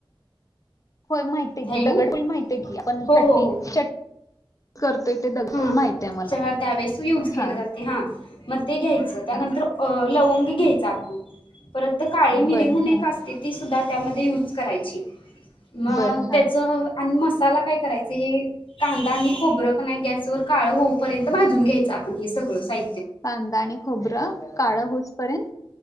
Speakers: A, on the left; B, on the left.
A: होय माहितय
B: हॅलो
A: की दगडफुल माहितकी आपन
B: हो
A: चटणी
B: हो हो
A: चट करतोय ते दगडफूल
B: हा
A: माहिती आहे मला.
B: त्यावेेळेस युज केलं
A: हां,
B: जाते हा. मगं ते घ्यायचं त्यानंतर
A: हां.
B: अ लवंग घ्यायचं आपण परत काळी मिरी
A: बरं.
B: म्हणून एक
A: हां.
B: असते ती सुद्धा त्यामध्ये युज करायची. मगं
A: बरं. हां.
B: त्याच ह आन मसाला काय करायच हे कांदा आनी खोबरं कनाय गॅस स्वर काळ होऊपर्यंत भाजून घ्यायचं आपण हे सगळं साहि
A: कांदा आणि खोबरं काळं हुस पर्यंत